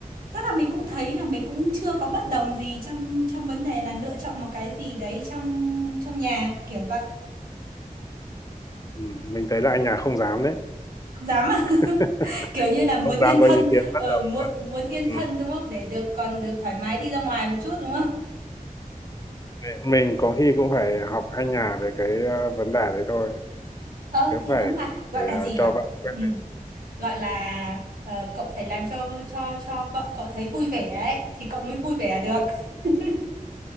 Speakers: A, on the right; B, on the left.
A: tức là mình cũng thấy là mình cũng chưa có bất đồng gì trong trong vấn đề là lựa chọn một cái gì đấy trong trong nhà kiểu vậy
B: Ừ, mình thấy là anh nhà không dám đấy.
A: không dám à
B: <laughs>
A: <laughs> kiểu như là muốn
B: Không
A: yên
B: dám
A: thân
B: có ý kiến bất
A: ờ,
B: đồng
A: muốn
B: luôn.
A: muốn yên
B: Ừ.
A: thân đúng không để được còn được thoải mái đi ra ngoài
B: ừ.
A: một chút đúng không
B: Mình mình có khi cũng phải học anh nhà về cái ờ, vấn đề đấy thôi.
A: ờ
B: Cứ
A: thì
B: phải
A: đúng mà gọi
B: ờ,
A: là gì
B: cho
A: nhở
B: vợ quyết
A: ừ.
B: định.
A: gọi là ờ, cậu phải làm cho cho cho vợ cậu thấy vui vẻ ấy thì cậu mới vui vẻ được <laughs>